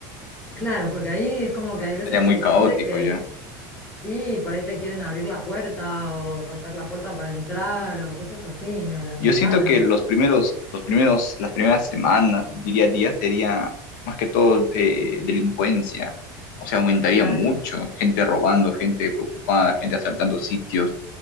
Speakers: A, on the left; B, on the left.
A: Claro, porque ahí es como que hay veces
B: sería muy
A: que hay
B: caótico
A: gente que
B: ya.
A: sí, por ahí te quieren abrir la puerta o romper la puerta para entrar o cosas así, o las
B: Yo
A: ventanas.
B: siento que los primeros, los primeros, las primeras semanas, diría días, sería más que todo eh, delincuencia, o sea, aumentaría
A: Claro.
B: mucho, gente robando, gente preocupada, gente asaltando sitios,